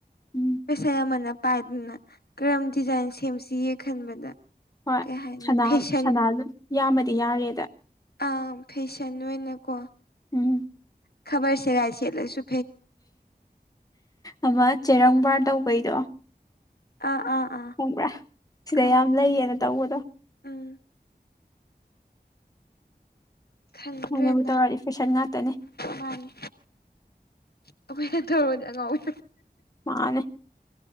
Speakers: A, on the left; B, on the left.
A: ꯎꯝ
B: ꯄꯩꯁꯥ ꯌꯥꯝꯃꯟꯅ ꯄꯥꯏꯗꯅ ꯀꯔꯝ ꯗꯤꯖꯥꯏꯟ ꯁꯦꯝꯁꯤꯒ ꯈꯟꯕꯗ
A: ꯍꯣꯏ
B: ꯀꯩ ꯍꯥꯏꯅꯤ ꯐꯦꯁꯟ
A: ꯁꯅꯥꯗꯨ ꯌꯥꯝꯃꯗꯤ ꯌꯥꯔꯦꯗ
B: ꯑ ꯐꯦꯁꯟ ꯑꯣꯏꯅꯀꯣ
A: ꯎꯝ
B: ꯈꯕꯔ ꯁꯦꯒꯥꯏꯁꯤꯂ ꯁ
A: ꯑꯃ ꯆꯦꯔꯪꯕꯥꯔ ꯇꯧꯕꯩꯗꯣ
B: ꯑꯥ ꯑꯥ ꯑꯥ
A: ꯈꯣꯡꯕ꯭ꯔꯥ ꯁꯤꯗ
B: ꯈꯪꯉꯦ
A: ꯌꯥꯝ ꯂꯩꯌꯦꯅ ꯇꯧꯕꯗꯣ
B: ꯎꯝ ꯈꯪꯗ꯭ꯔꯦꯟꯗ
A: ꯃꯣꯏꯅꯕꯨ ꯇꯧꯔꯗꯤ ꯐꯦꯁꯟ ꯉꯥꯛꯇꯅꯦ
B: ꯃꯥꯅꯦ ꯑꯩꯈꯣꯏ ꯍ ꯇꯧꯔꯣꯅꯦ ꯑꯉꯥꯡ ꯑꯣꯏ
A: ꯃꯥꯅꯦ